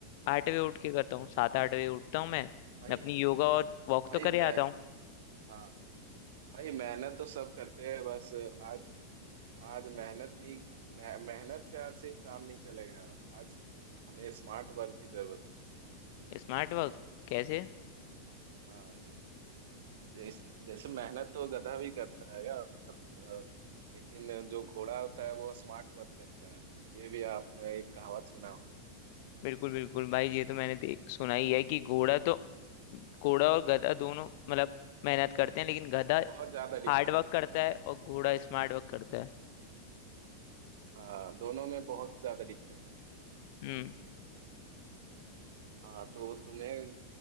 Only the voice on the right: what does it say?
भाई
भाई
मैं
हाँ भाई मेहनत तो सब करते हैं बस आज आज मेहनत नहीं मे- मेहनत से आज सिर्फ काम नहीं चलेगा आज हमें स्मार्ट वर्क की जरूरत है
हाँ यार जैसे जैसे मेहनत तो गधा भी करता है यार अ, लेकिन जो घोड़ा होता है वो स्मार्ट वर्क करता है ये भी आपने एक कहावत सुना होगा
बहुत ज्यादा डिफरेंस
है
हाँ
हाँ दोनों में बहुत ज्यादा डिफरेंस
है हाँ तो तुम्हें